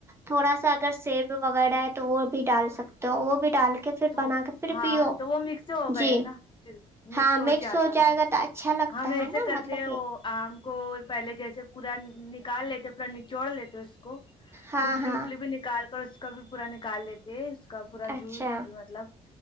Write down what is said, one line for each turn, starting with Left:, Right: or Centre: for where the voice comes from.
Right: تھوڑا سا اگر سیب وغیرہ ہے تو وہ بھی ڈال سکتے ہو وہ بھی ڈال کے پھر
Left: تو
Right: بنا کے پھر
Left: ہاں
Right: پیو
Left: تو وہ مکس ہو گیا
Right: جی
Left: نا پھر
Right: ہاں
Left: مکس ہو جاتا
Right: جائے
Left: نا
Right: گا تو اچھا لگتا
Left: ہم ایسے
Right: ہے نا
Left: کرتے
Right: مطلب
Left: ہیں
Right: کہ
Left: وہ آم کو پہلے جیسے پورا کال لیتے پرن نے چوڑ لیتے کو
Right: ہاں
Left: گٹلی
Right: ہاں
Left: اٹلی بھی نکال اس کا بھی پورا نکال لیتے کا پورا
Right: اچھا
Left: جوس ج مطلب